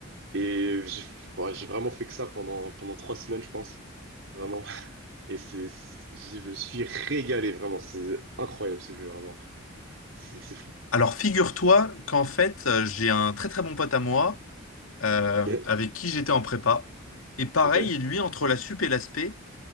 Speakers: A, on the right (about 65°); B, on the left (about 75°).
A: Et j'ai ouais, j'ai vraiment fait que ça pendant, pendant trois semaines, je pense. Vraiment. <laughs> Et c'est, c'est- je me suis régalé, vraiment. C'est incroyable ce jeu, vraiment. C'est c'est fou.
B: alors figure-toi qu'en fait, euh, j'ai un très très bon pote à moi euh,
A: Ok.
B: avec qui j'étais en prépa. Et pareil,
A: Ok.
B: lui, entre la sup et l'aspect,